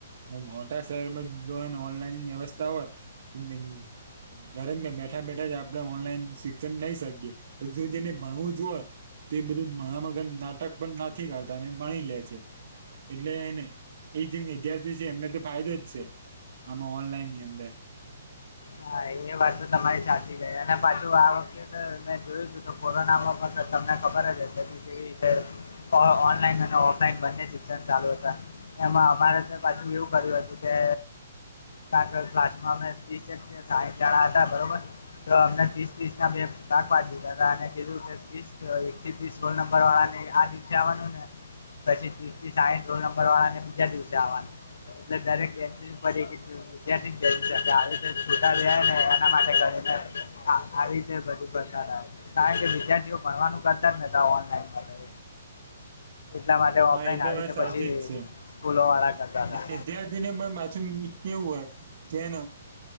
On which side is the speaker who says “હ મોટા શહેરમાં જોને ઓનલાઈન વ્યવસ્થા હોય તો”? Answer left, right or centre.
Right